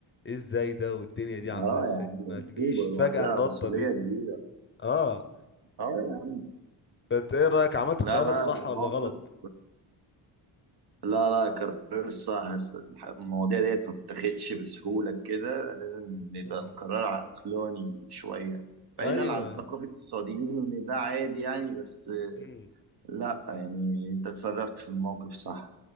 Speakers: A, on the left; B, on the right.
A: ايه ازاي ده والدنيا دي عامله
B: اه
A: ازاي
B: يا عم
A: ما
B: مصيبة
A: تجيش
B: لوحدها
A: فجاه النطه
B: مسؤولية
A: دي
B: كبيرة
A: اه
B: اه يا عم.
A: فانت ايه رايك عملت
B: لا
A: القرار
B: لا
A: الصح ولا
B: موقف
A: غلط
B: لا لا قرار الصح المواضيع ديت ما بتاخدش بسهولة كده لازم نبقى
A: مم.
B: القرار عقلاني شوية بعيدا
A: ايوه
B: عن ثقافة السعوديين ان ده عادي يعني بس
A: مم.
B: لا يعني انت اتصرفت في الموقف صح